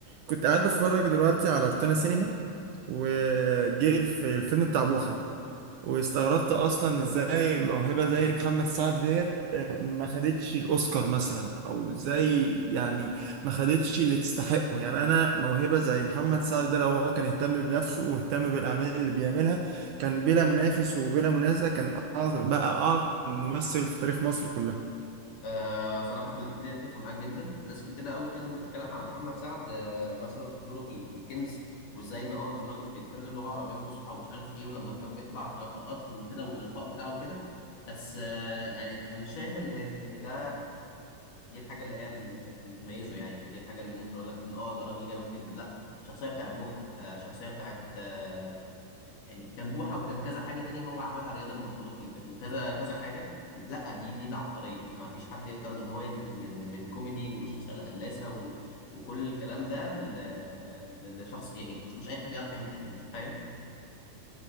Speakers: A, on the right; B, on the left.
A: كنت قاعد بتفرج دلوقتي على روتانا سينما وجاي في الفيلم بتاع بوحة واستغربت اصلا ازاي موهبة زي محمد سعد ديت آه، ما خدتش الاوسكار مثلا او ازاي يعني ما خدتش اللي تستحقه يعني انا موهبة زي محمد سعد ده لو هو كان اهتم بنفسه واهتم بالاعمال اللي بيعملها كان بلا منافس وبلا منازع كان أعظم بقى اعظم ممثل في تاريخ مصر كلها
B: آه صراحة في الحتة دي أتفق معاك جدا، ناس كتير قوي كانت بتتكلم على محمد سعد آه مثلا في دوره في, ال- في الكنز وإزاي إن هو كان راجل بيتكلم لغة عربية فصحى ومش عارف إيه ولما كان بيطلع في لقاءات وكده والإلقاء بتاعه كده بس آه يعني أنا مش شايف إن إن ده دي الحاجة اللي هي ال- اللي تميزه يعني أو دي الحاجة اللي ممكن أقول لك إن آه ده راجل جامد جدا، لأ الشخصية بتاعت بوحة آه الشخصية بتاعت آه، يعني كان بوحة وكان كذا حاجة تاني هو عملها رياض المنفلوطي وك- وكذا كذا حاجة لا دي دي العبقرية ما فيش حد يقدر ان هو ينقل من من كوميدي والشخصية الهلاسة و... وكل الكلام ده ل... ل- لشخص يعني مش اي حد يعرف يعمل الحتة دي فاهم